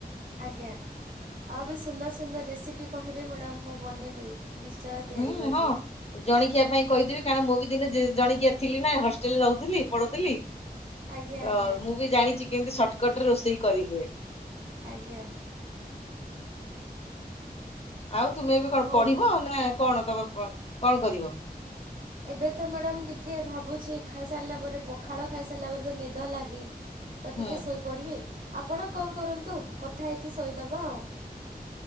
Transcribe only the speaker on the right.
ଆଜ୍ଞା ଆଉ ବି ସୁନ୍ଦର ସୁନ୍ଦର ରେସିପି କହିବେ ମ୍ୟାଡ଼ାମ୍ ମୁଁ ବନେଇବି। ନିଶ୍ଚୟ। ତିଆରି
କରିବି।
ଆଜ୍ଞା ଆଜ୍ଞା
ଆଜ୍ଞା।
ହଉ।
ଏବେ ତ ମ୍ୟାଡାମ ଟିକେ ଭାବୁଛି ଖାଇସାରିଲା ପରେ ପଖାଳ ଖାଇସାରିଲା ପରେ ତ ନିଦ ଲାଗେ। ତ
ଟିକେ ଶୋଇପଡ଼ିବି ଆପଣ କଲ୍ କରନ୍ତୁ କଥା ହେଇକି ଶୋଇଦବା ଆଉ।